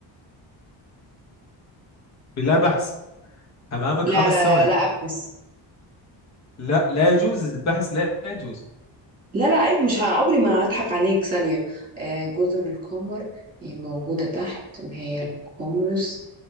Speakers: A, on the left (about 35°); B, on the right (about 15°).
A: بلا بحث امامك
B: لا
A: خمس
B: لا
A: ثواني
B: لا لا لا، ابحث
A: لا لا يجوز البحث لا يجوز
B: لا لا عيب مش ه- عمري ما هضحك عليك ثانية آه جزر القمر هي موجودة تحت اللي هي القمرس